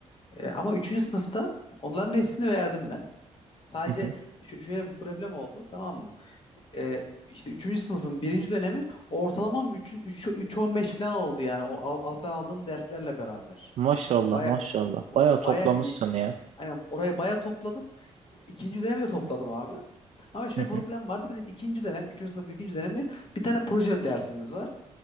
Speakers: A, on the left; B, on the right.
A: E, ama üçüncü sınıfta onların hepsini verdim ben. Sadece
B: Hı hı.
A: şö- şöyle bu problem oldu tamam mı? Ee, işte 3. sınıfın birinci dönemi ortalamam üçün üç üç virgül on beş falan oldu yani o al- alttan aldığım derslerle beraber.
B: Maşallah
A: Yani Baya
B: maşallah. Bayağı toplamışsın
A: baya iyi.
B: ya.
A: Aynen orayı baya topladım. İkinci dönemi de topladım abi. Ama şöyle
B: Hı hı.
A: problem vardı. Bizim ikinci dönem, üçüncü sınıf ikinci dönemi bir tane proje dersimiz var.